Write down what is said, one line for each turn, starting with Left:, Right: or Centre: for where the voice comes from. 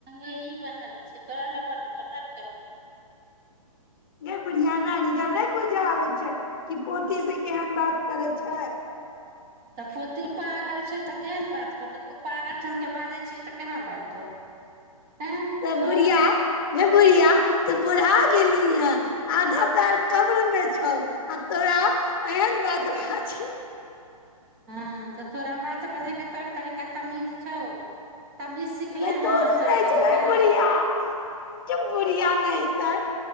Right: यह बनल छै तोरा ल बनल छ नलके बन
Left: गे बढ़ियाना निधर नहि पूजा आबै छै कि पोथ से केहन बात करे छै
Right: तऽ पोती पर पागल छै तऽ केन बात करत तू पपा बाजै छियै तऽ केना बाजतौ एँ
Left: तब
Right: तोहर
Left: बुढ़िया जेे बुढ़िया तू बुढ़ा गेली हे आधा पैर कब्र में छौ आ तोरा एहन बात भा छै
Right: हँ तऽ तोरा बात बजेके तोर तरीका तमीज छौ तमीज सिखले
Left: गाय
Right: हँ
Left: तोर रहय
Right: तौर तरीका
Left: छै गाय बढ़िया गे बुढ़िया नहितन